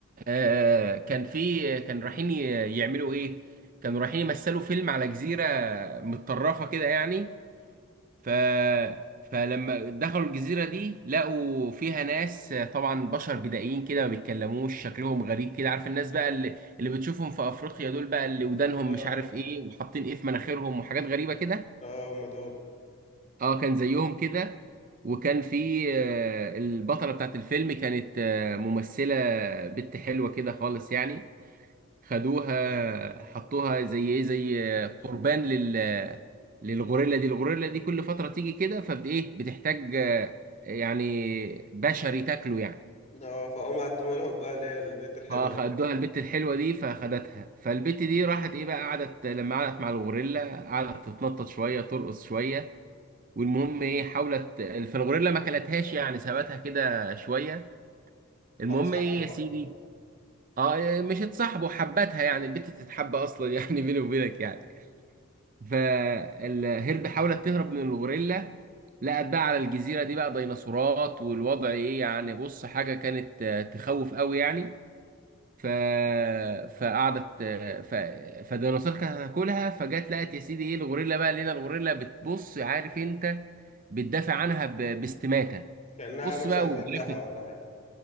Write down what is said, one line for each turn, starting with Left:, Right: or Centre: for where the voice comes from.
Right: آه كان فيه كان رايحين ي- يعملوا ايه كانوا رايحين يمثلوا فيلم على جزيره متطرفه كده يعني ف فلما دخلوا الجزيرة دي لقوا فيها ناس آه، طبعا بشر بدائيين كده ما بيتكلموش شكلهم غريب كده عارف الناس بقى اللي, اللي بتشوفهم في أفريقيا دول بقى اللي ودانهم
Left: آه
Right: مش عارف ايه وحاطين ايه في مناخيرهم وحاجات غريبة كده
Left: آه هما دول
Right: اه كان زيهم كده وكان في آه، البطلة بتاعت الفيلم كانت آه، ممثلة بنت حلوة كده خالص يعني خدوها حطوها زي ايه زي قربان لل للغوريلا دي الغوريلا دي كل فترة تيجي كده فبايه بتحتاج آه، يعني بشري تاكله يعني
Left: اه فهم قدموا لهم بقى اللي هي البيت الحلوة
Right: فخدوها
Left: دي
Right: البت الحلوة دي فخدتها فالبت دي راحت ايه بقى قعدت لما قعدت مع الغوريلا قعدت تتنطط شوية ترقص شوية والمهم ايه حاولت فالغوريلا ما كلتهاش يعني سابتها كده شوية المهم
Left: هتصاحبوا
Right: ايه يا
Left: بقى
Right: سيدي اه مش اتصاحبوا حبتها يعني البت تتحب اصلا يعني <laughs> بيني وبينك يعني فالهرب حاولت تهرب من الغوريلا لقت بقى على الجزيرة دي بقى ديناصورات والوضع ايه يعني بص حاجة كانت آه، تخوف قوي يعني ف... فقعدت آه، ف... فالديناصور كانت هتاكلها فجت لقت يا سيدي ايه الغوريلا بقى لقينا الغوريلا بتبص عارف انت بتدافع عنها ب... باستماتة
Left: كأنها
Right: بص
Left: مثلا
Right: بقى والجرافيك
Left: بنتها ولا حاجة